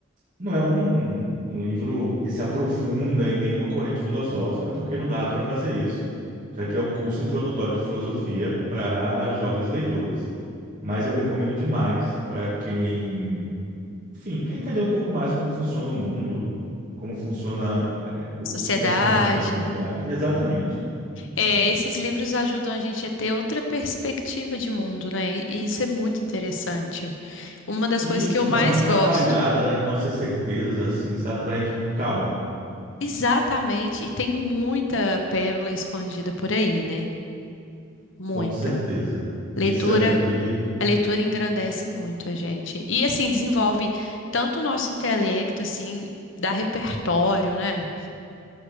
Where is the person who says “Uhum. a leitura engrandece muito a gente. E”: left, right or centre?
Left